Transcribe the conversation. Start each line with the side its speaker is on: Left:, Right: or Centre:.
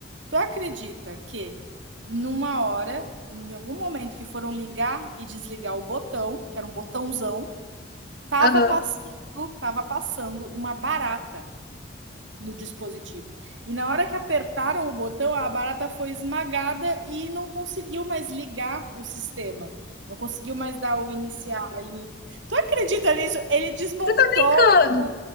Right: Tu acredita que numa hora, em algum momento que foram ligar e desligar o botão, que era um botãozão, tava
Left: ah.
Right: passando tava passando uma barata no dispositivo. E na hora que apertaram o botão, a barata foi esmagada e não conseguiu mais ligar o sistema. Não conseguiu mais dar o iniciar ali. Tu acredita nisso? Ele desmontou.
Left: Você tá brincando?
Right: o-